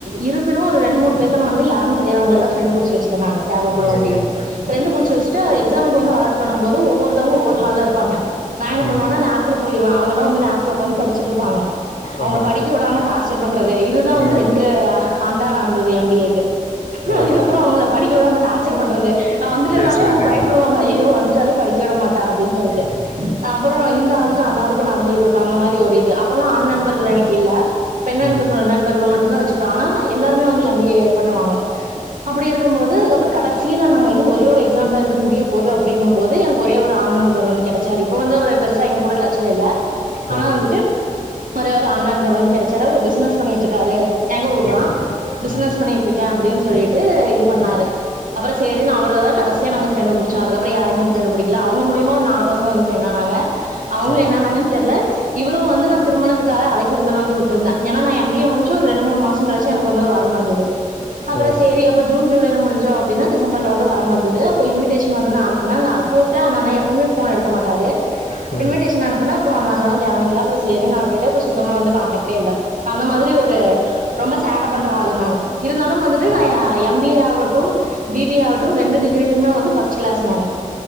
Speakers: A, on the right; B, on the left.
A: இருப்பினும் ஒரு ரெண்டு மூணு பேத்தன வந்து யாருன் தெரியாது அவங்கலல்லா ஃப்ரெண்டு புடுச்சு வெச்சுட்டேன் நானு தேவைப்படும்
B: ம்
A: அப்புடின்னு
B: ம்
A: ஃப்ரெண்டு புடிச்சு வெச்சிட்டா எக்ஸாமுக் ப்போ வந்து ஆட் பண்ணு போது ஒவ்வொருத்த ஒவ்வொரு ஹால்ல இருப்பாங்க நா என்ன பண்ணுவேன்னா
B: ம்
A: நேரத்துல போயிவே அவங்கள்ளா வந்து நேரத்துல உக்கந்து படிச்சிட்ருப்பாங்க அவங்கள
B: ஆமாம்
A: படிக்க விடாம டார்ச்சர் பண்றது இதுதா வந்து
B: ம்
A: ரெண்டு ஆண்டா நடந்தது எம் பி ஏக்கு
B: ஏதோ
A: இதுக்கப்புறோ அவங்கள படிக்க விடாம டார்ச்சர் பண்றது நா வந்துட்டேனாலே
B: பேசுறது
A: அவங்க பயப்புடுவாங்க ஐய்யயோ வந்துட்டாலே படிக்க விட மாட்டா அப்புடின்னு சொல்ட்டு
B: ம்,
A: அ அப்புறோ இந்த ஆளுக்கு அந்த ஆளுக்கு நடந்துகுட்ருப்ப அந்த மாரி ஒரு இது அப்போல்லா ஆண் நண்பர்கள் எனக்கு இல்ல பெண் <unintelligible>
B: ம்,
A: நண்பர்கள் மட்டும் தா வெச்சிப்பே ஆனா எல்லாருமே எம் பி ஏ பண்ணுவாங்க அப்படி இருக்கும் போது அதுக்கப்புறம் கடைசில நாங்க இன்னும் ஒரே ஒரு எக்ஸாம் தான் இருக்கு முடிய போது அப்டிங்கும் போது எனக்கு ஒரே ஒரு ஆண் நண்பர் வந்து கெடைச்சாரு இப்ப வந்து அவரு பெருசா எங்க கூட டச்ல இல்ல ஆனா
B: ஓ
A: வந்துட்டு ஒரே ஒரு ஆண் நண்பர் வந்து கெடைச்சாரு அவரு பிசினஸ் பண்ணிட்ருக்காரு எங்க ஊர்
B: ஓ
A: தா பிசனஸ்
B: ஓ
A: பண்ணிட்ருக்கே அப்புடின்னு சொல்லிட்டு இது பண்ணாரு அவர ஸ் சேரின் அவர தா கடைசியா நாங்க ஃப்ரெண்டு புடிச்சோ அதுகப்புறோ யாரயுமே ஃப்ரெண்டு புடிக்கல அவங்க மூலியமா ஒரு நாலு பசங்க வந்து ஃப்ரெண்டானாங்க அவங்களு
B: ஓ
A: என்னானங்கன்னு தெர்ல இவரும் வந்து நா திருமணத்துக்காக அழைப்பிடுதல் வந்து விட்ருந்தேன் ஏனா நா எம் பி ஏ முடிச்சு ஒரு ரெண்டு மூணு மாசோ கழிச்சு எனக்கு வந்து வரன் வந்துது அப்புறோ
B: ஓ
A: சேரி அப்புறோ ஜூன் ஜூலை ல முடிஞ்சோ அப்டின்னா டி சம்பர்ல வந்து வரன் வந்தது அப்போ இன்விடேஷன் வந்து நா அனுப்புன நா கூப்ட்டே அந்த அண்ணா எப்பவுமே ஃபோன எடுக்க மாட்டாரு
B: ம்,
A: இன்விடேஷன் அனுப்புனா அப்புறோ அந்த அண்ணா தா கேவனிக்குல அப்புறோ சேரின் அவர் கிட்ட இப்ப சுத்தமா வந்து கான்டேக்டே இல்ல அந்த மாதிரி ஒரு ரொம்ப சேட்ட பண்ற ஆளு நானு இருந்தாலும் வந்துட்டு நா
B: ம்,
A: ஆ எம் பி ஏ ஆகட்டும் பி பி ஏ ஆகட்டும் ரெண்டு டிகிரிலியுமே வந்து ஃபர்ஸ்ட் கிளாஸ் நானு